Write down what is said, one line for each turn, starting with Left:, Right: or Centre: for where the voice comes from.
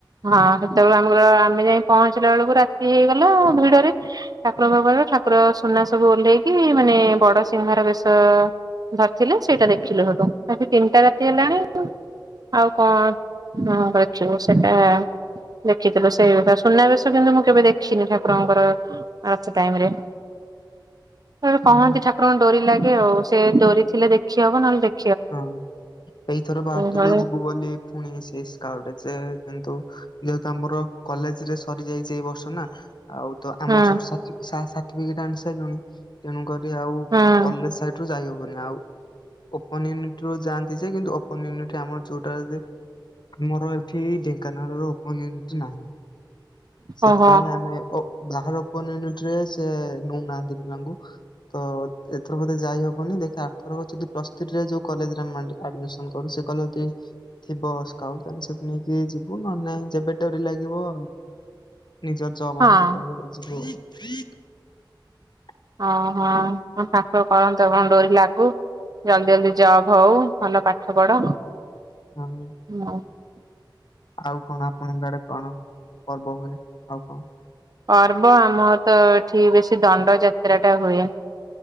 Right: ହଁ ସେତେବେଳେ ଆ ମୁଁ ଗଲା ଆମେ ଯାଇ ପହଞ୍ଚିଲା ବେଳକୁ ରାତି ହେଇଗଲା ଭିଡରେ ଠାକୁରଙ୍କ <unintelligible> ଠାକୁର ସୁନା ସବୁ ଓହ୍ଲେଇକି ମାନେ ବଡ ସିଂହାର ବେଶ ଧରିଥିଲେ ସେଇଟା ଦେଖିଲୁ ସେଠୁ ରାତି ତିନିଟା ରାତି ହେଲାଣି ଆଉ ଆଉ କଣ <unintelligible> ସେଟା ଦେଖିଥିଲୁ ସେଇ ବେଶ ସୁନାବେଶ କିନ୍ତୁ ମୁଁ କେବେ ଦେଖିନି ଠାକୁରଙ୍କର ରଥ ଟାଇମ ରେ। ଏ ଯୋଉ
Left: ହୁଁ
Right: କହନ୍ତି ଠାକୁରଙ୍କ ଡୋରି ଲାଗେ ଆଉ ସେ ଡୋରି ଥିଲେ ଦେଖି ହବ ନହେଲେ ଦେଖ
Left: ହଁ ଏଇଥର ବାହାରିଥିଲୁ
Right: ଏଇଭଳି
Left: ଯିବୁ ବୋଲି ଫୁଣି ସେଇ ସ୍କାର୍ଭ ଯେ କିନ୍ତୁ ଯେହେତୁ ଆମର କଲେଜ ରେ ସରିଯାଇଛି ଏଇ ବର୍ଷ ନା ଆଉ ତ ଆମର
Right: ହୁଁ
Left: ସବୁ ସ ସା ସାର୍ଟିଫିକେଟ ଆଣି ସାଇଲୁଣି ତେଣୁକରି ଆଉ
Right: ହୁଁ
Left: କଲେଜ ସାଇଟ ରୁ ଯାଇହବନି ଆଉ। ଓପନ ୟୁନିଟ ରୁ ଯାଆନ୍ତି ଯେ କିନ୍ତୁ ଓପନ ୟୁନିଟ ଆମର ଯୋଉଟାରେ ଦେ ଆମର ଏଠି ଢେଙ୍କାନାଳ ର ଓପନ ୟୁନିଟ ନାହିଁ। ସେଥିପାଇଁ
Right: ଓହୋ
Left: ଆମେ ଓ ଯାହାର ଓପନ ୟୁନିଟରେ ସେ ନେଉନାହାନ୍ତି ପିଲାଙ୍କୁ। ତ ଏଥର ବୋଧେ ଯାଇ ହବନି ଦେଖା ଆଠଥରକ ଯଦି ପରେ <unintelligible> ଆମେ ମାଣ୍ଡୁ ଆଡମିସନ କରୁ ସେ କଲେଜ ରେ ଥିବ ସ୍କାଉଟ <unintelligible> ନେଇକି ଯିବୁ ନହେଲେ ନାଇଁ ଯେବେ ଡୋରି ଲାଗିବ ଆଉ। ନିଜର ଜବ
Right: ହଁ।
Left: ହବ ସେତେବେଳେ ଯାଇକି ଯିବୁ ଆଉ।
Right: ହଁ ହଁ ଠାକୁର କରନ୍ତୁ ଆପଣଙ୍କ ଡୋରି ଲାଗୁ ଜଲଦି ଜଲଦି ଜବ୍ ହଉ ଭଲ ପାଠ ପଢ
Left: ହଁ।
Right: ହଉ।
Left: ଆଉ କଣ ଆପଣଙ୍କ ଆଡେ କଣ ପର୍ବ ହୁଏ ଆଉ କଣ?
Right: ପର୍ବ ଆମର ତ ଏଠି ବେଶିି ଦଣ୍ଡ ଯାତ୍ରା ଟା ହୁଏ।